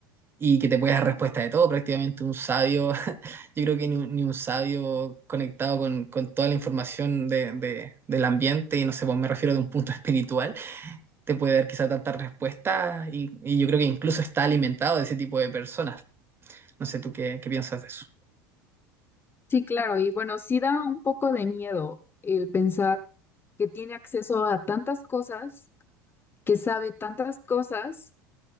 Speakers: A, on the right; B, on the left.
A: y que te puede dar respuesta de todo, prácticamente un sabio, <laughs> yo creo que ni, un ni un sabio conectado con, con toda la información de, de- del ambiente, y no sé, pues me refiero de un punto <laughs> espiritual, te puede dar quizá tantas respuestas y, y yo creo que incluso está alimentado de ese tipo de personas. No sé tú qué, qué piensas de eso.
B: Sí, claro, y bueno, sí da un poco de miedo el pensar que tiene acceso a tantas cosas, que sabe tantas cosas,